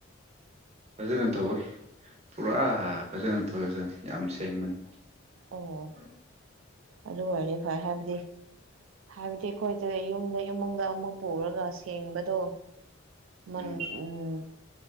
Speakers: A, on the right; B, on the right.
A: ꯐꯖꯅ ꯇꯧꯋꯤ ꯄꯨꯔꯥ ꯐꯖꯅ ꯇꯧꯏꯖꯥꯅꯤ ꯌꯥꯝ ꯁꯦꯡꯕꯅꯤ
B: ꯑꯣ
A: ꯎꯝ
B: ꯑꯗꯨ ꯑꯣꯏꯔꯦ ꯐꯔꯦ ꯍꯥꯏꯕꯗꯤ ꯍꯥꯏꯕꯗꯤ ꯑꯩꯈꯣꯏꯁꯦ ꯌꯨꯝꯗ ꯏꯃꯨꯡꯗ ꯑꯃꯨꯛ ꯄꯨꯔꯒ ꯁꯦꯡꯕꯗꯣ ꯃꯟ
A: ꯎꯝ
B: ꯎꯝ